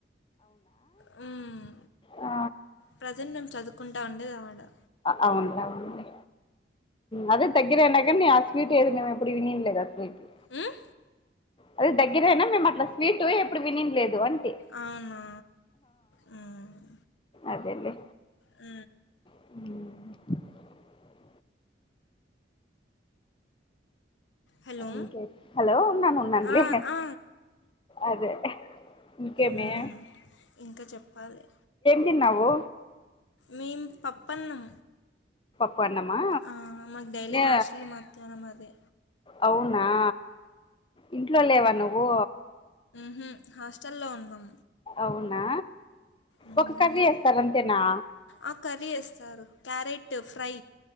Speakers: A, on the left; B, on the left.
A: హ్మ్
B: ఆ
A: ప్రజెంట్ మేము చదువుకుంటా ఉండేది అడా
B: అవునువును అదే తగ్గరయినా కానీ ఆ స్వీట్ ఏదో మేము ఎప్పుడు వినింలేదు ఆ స్వీట్ కి
A: మ్మ్?
B: అదే దగ్గరైనా మేము అట్లా స్వీట్ ఎప్పుడు వినింలేదు అంట్
A: అవునా హ్మ్
B: అదేలే
A: అ
B: ఉ
A: హలో
B: ఇంకే హలో ఉన్నాను ఉన్నన్లే
A: ఆ, ఆ.
B: అదే ఇంకేమే
A: మ్మ్. ఇంకా చెప్పాలే
B: తిన్నావు
A: మేం పప్పన్నం
B: పప్పునమా
A: ఆ, మాకు డైలీ
B: ఏ
A: హాస్టల్ మధ్యాహ్నం అదే
B: అవును ఆ ఇంట్లో లేవా నువ్వు
A: మ్హూ. హాస్టల్లో ఉన్నాం
B: అవునా
A: మ్మ్.
B: ఒక కర్రీ ఎస్తారాంతేనా
A: ఆ కర్రీ ఎస్తారు క్యారెట్ ఫ్రై